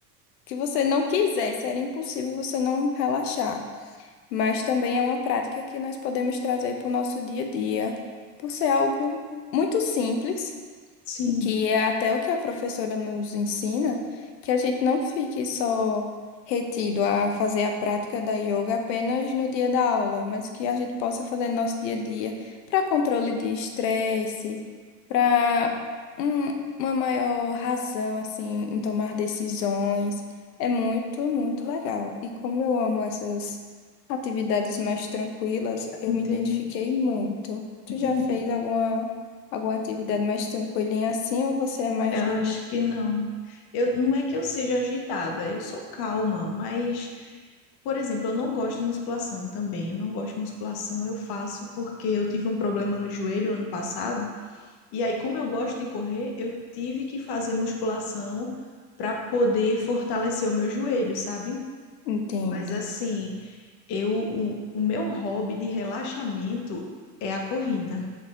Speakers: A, on the left; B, on the left.
A: que você não quisesse, era impossível você não relaxar. Mas também é uma prática que nós podemos trazer para o nosso dia a dia, por ser algo muito simples
B: sim.
A: que é até o que a professora nos ensina, que a gente não fique só retido a fazer a prática da yoga apenas no dia da aula, mas que a gente possa fazer no nosso dia a dia para controle de estresse, para uma maior razão assim em tomar decisões. É muito, muito legal. E como eu amo essas atividades mais tranquilas, eu
B: Entendi,
A: me identifiquei muito. Tu
B: entendi.
A: já fez alguma Alguma atividade mais tranquilinha assim ou você é mais
B: Eu acho
A: do...
B: que não. Eu, não é que eu seja agitada, eu sou calma, mas, por exemplo, eu não gosto de musculação também. Eu não gosto de musculação, eu faço porque eu tive um problema no joelho ano passado, e aí, como eu gosto de correr, eu tive que fazer musculação para poder fortalecer o meu joelho, sabe?
A: Entendo.
B: Mas assim, eu, o, o meu hobby de relaxamento é a corrida.